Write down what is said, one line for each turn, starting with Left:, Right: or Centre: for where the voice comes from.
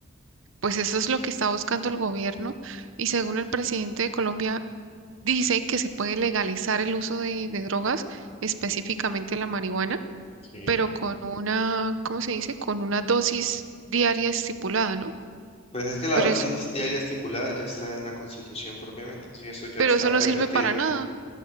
Right: Pues eso es lo que está buscando el gobierno y según el presidente de Colombia dice que se puede legalizar el uso de, de drogas, específicamente la marihuana,
Left: Sí.
Right: pero con una, ¿cómo se dice? Con una dosis diaria estipulada, ¿no?
Left: Pues es que la
Right: Pero
Left: dosis
Right: eso,
Left: diaria estipulada ya está en la Constitución propiamente, sí, eso ya
Right: pero
Left: está
Right: eso
Left: permitido.
Right: no sirve para nada.